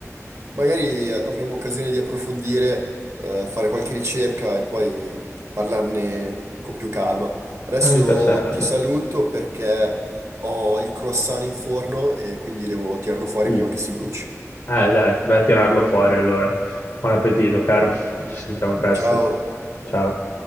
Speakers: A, on the right; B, on the left.
A: Magari eh, avremo occasione di approfondire, eh, fare qualche ricerca e poi parlarne con più calma. Adesso
B: Ah, mi piacerebbe.
A: ti saluto perché ho il croissant in forno e quindi devo tirarlo fuori
B: Uh,
A: prima che si bruci.
B: eh dai, vai a tirarlo fuori allora. Buon appetito, caro. Ci sentiamo presto.
A: Ciao!
B: Ciao.